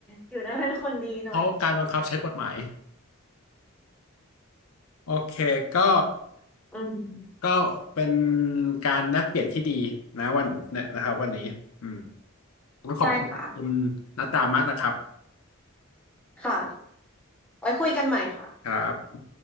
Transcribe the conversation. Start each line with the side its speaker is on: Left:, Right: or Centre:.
Centre: อยู่นั้นเป็นคนดีหน่อย
Left: เพราะการบังคับใช้กฎหมายโอเคก็
Centre: อืม
Left: ก็เป็นการแลกเปลี่ยนที่ดีนะวันเนี่ยนะครับวันนี้อืมก็ขอบคุณคุณ
Centre: ใช่ค่ะ
Left: นัตตามากนะครับ
Centre: ค่ะไว้คุยกันใหม่ค่ะ
Left: ครับ